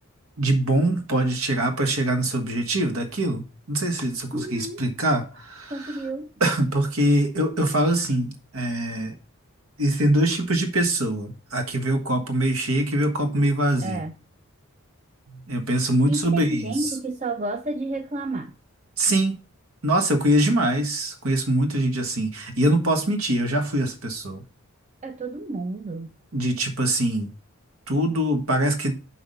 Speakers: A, on the right; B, on the right.
A: de bom pode tirar para chegar no seu objetivo daquilo. Não sei se, se eu consegui
B: Uhum,
A: explicar,
B: conseguiu.
A: <laughs> porque eu, eu falo assim, é, existem dois tipos de pessoa, a que vê o copo meio cheio e a que vê o copo meio vazio.
B: É.
A: Eu penso muito
B: E
A: sobre
B: tem
A: isso.
B: gente que só gosta de reclamar.
A: Sim. Nossa, eu conheço demais. Conheço muita gente assim. E eu não posso mentir, eu já fui essa pessoa.
B: É todo mundo.
A: De tipo assim. tudo, parece que